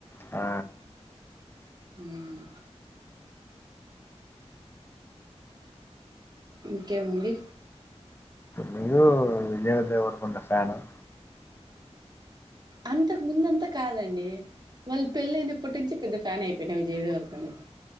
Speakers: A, on the left; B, on the right.
A: ఆ
B: ఉమ్ ఇంకేముంది.
A: మీరు విజయదేవరకొండ ఫాన్ ఆ
B: అంతకు ముందంత కాదండి. వాళ్ళు పెళ్ళి అయినప్పటి నుంచి పెద్ద ఫ్యాన్ అయిపోయిన విజయ దేవరకొండకి